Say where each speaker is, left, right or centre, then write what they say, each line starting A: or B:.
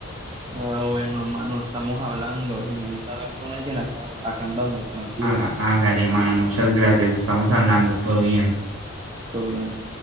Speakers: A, on the right (about 25°); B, on the right (about 85°).
A: Ah, bueno, mano, estamos hablando. Si necesitas hablar con alguien, acá, acá andamos, tranquilo,
B: Há- Hágale, mano, muchas gracias. Estamos hablando, todo bien.
A: todo bien.